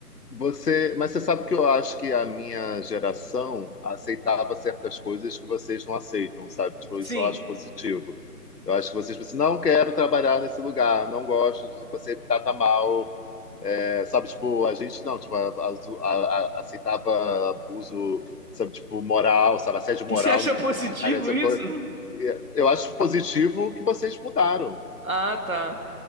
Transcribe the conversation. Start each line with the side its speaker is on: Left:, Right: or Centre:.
Left: Você, mas você sabe que eu acho que a minha geração aceitava certas coisas que vocês não aceitam, sabe? Tipo,
Right: Sim.
Left: isso eu acho positivo. Eu acho que vocês pensam, assim, não quero trabalhar nesse lugar, não gosto de você me trata mal, É, sabe? Tipo, a gente não, tipo, a- a- a- aceitava abuso, sabe? Tipo, moral, sabe? Assédio moral
Right: E Você acha
Left: no
Right: positivo
Left: trabalho, essa
Right: isso?
Left: coisa. E Eu acho positivo que vocês mudaram.
Right: Ah, tá.